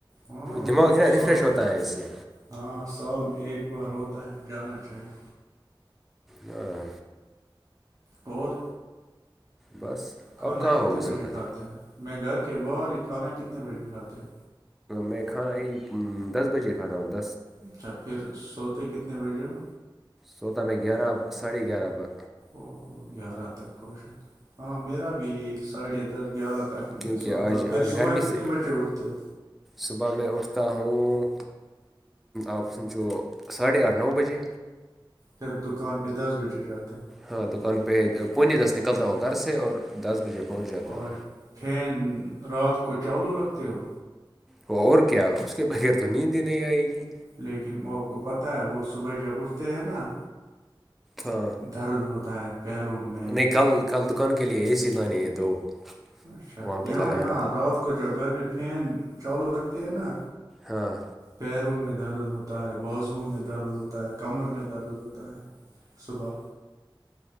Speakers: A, on the right (about 40°); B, in the centre.
A: ہاں
B: دماغ
A: یہ
B: ہے نا ریفریش
A: سا
B: ہوتا ہے اس سے
A: ہاں سال میں ایک بار ہوتا ہے جانا چاہیے
B: ہاں
A: اور
B: بس
A: کھانا
B: اب کہاں
A: کتنے
B: ہو اس
A: بجے
B: وقت
A: کھاتے ہیں میں گھر کے باہر ہی کھانا کتنے بجے کھاتے ہیں
B: میںھاں یہ دس بجے کدا آد
A: اچھا پھر سوتے کتنے بجے ہو
B: سوتا میں گیارہ ساڑھے گیارہ بعہ
A: اور گیار رات تک خوش ہیں ہاں میرا بھی ساڑھے دس گیارہ تک میں
B: کیونکہ
A: سوتا
B: آج
A: پھر
B: آج
A: صبح
B: گرمی
A: کتنے
B: سے
A: بجے اٹھتے ہو
B: صبح میں اٹھتا ہوں آپ سنچو ساڑھے آٹھ نو بجے
A: پھر دکان پہ دس بجے جاتے
B: ہاں دکان پہ پونے دس نکلتا ہوں گھر سے اور دس بجے پہنچ
A: ہو
B: جاتا
A: اور
B: ہ
A: فین رات کو چالو رکھتے ہو
B: وہ اور کیا اس کے بغیر تو نیند ہی نہیں آئے گی
A: لیکن وہپ کو پتہ ہے وہ صبح جب اٹھتے ہیں نا
B: ہاں
A: درد ہوتا ہے پیروں میں
B: نہیں کل کل دکان کے لیے اے سی لانے ہیں دو
A: اچھا
B: وہاں پہ
A: یہاں
B: لگانا
A: یہاں رات کو جب گھر میں فین چالو رکھتے ہیں نا
B: ہاں
A: پیروں میں درد ہوتا ہے بازوؤں میں درد ہوتا ہے کمر میں درد ہوتا ہے صبح